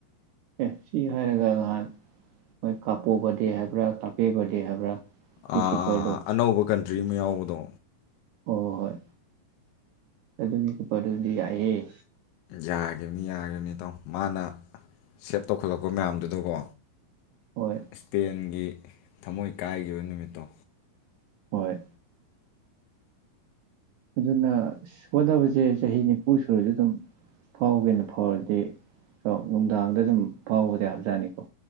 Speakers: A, on the right; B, on the left.
A: ꯑꯦ ꯁꯤ ꯍꯥꯏꯔꯒ ꯉꯍꯥꯟ ꯃꯣꯏ ꯀꯥꯞꯄꯨ ꯐꯗꯤ ꯍꯥꯏꯕ꯭ꯔꯥ ꯀꯥꯞꯄꯤꯕꯗꯦ ꯍꯥꯏꯕ꯭ꯔꯥ ꯋꯤꯛꯀꯤꯄꯔꯗꯣ
B: ꯑꯥ ꯑꯥ ꯑꯅꯧꯕꯧꯕ ꯀ ꯗ꯭ꯔꯤꯝ ꯌꯥꯎꯕꯗꯣ
A: ꯍ ꯍꯣꯏ ꯑꯗꯨꯨꯞꯄꯗꯨꯗꯤ ꯌꯥꯏꯑꯦ
B: ꯌꯥꯒꯤꯈꯤꯕꯅꯤ ꯌꯥꯈꯤꯕꯅꯤ ꯇꯥꯎ ꯃꯥꯅ ꯁꯦꯞ ꯇꯧꯈꯠꯂꯛꯄ ꯃꯌꯥꯝꯗꯨꯗꯀꯣ
A: ꯍꯣꯏ
B: ꯏꯁꯄꯦꯟꯒꯤ ꯊꯃꯣꯏ ꯀꯥꯏꯈꯤꯕ ꯅꯨꯃꯤꯠꯇꯣ
A: ꯍꯣꯏ ꯑꯗꯨꯅ ꯍꯣꯠꯅꯕꯁꯦ ꯆꯍꯤ ꯅꯤꯐꯨ ꯁꯨꯔꯗ ꯑꯗꯨꯝ ꯐꯥꯎꯒꯦꯅ ꯐꯥꯎꯔꯗꯤ ꯀꯣ ꯅꯨꯡꯗꯥꯡꯗ ꯑꯗꯨꯝ ꯐꯥꯎꯕꯗ ꯌꯥꯕꯖꯥꯠꯅꯤꯀꯣ